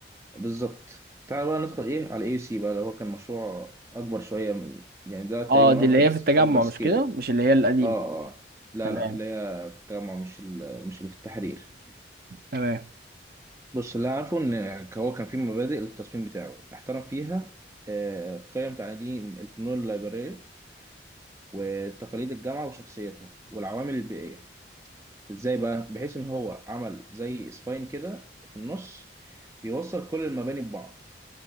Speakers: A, on the right; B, on the right.
A: بالظبط تعال بقى ندخل ايه على اي سي بقى اللي هو كان مشروع اكبر شويه من يعني ده
B: اه
A: تقريبا
B: دي
A: اكبر
B: اللي هي في التجمع
A: اكبر سكيل
B: مش كده مش اللي هي القديمة
A: اه اه لا
B: تمام
A: لا اللي هي في التجمع مش ال- مش اللي في التحرير
B: تمام
A: بص اللي أنا عارفه ان هو كان في مبادئ للتصميم بتاعه احترم فيها آه، قيم تعليم الفنون الليبرالية وتقاليد الجامعة وشخصيتها والعوامل البيئية ازاي بقى بحيث ان هو عمل زي سباين كده في النص بيوصل كل المباني ببعض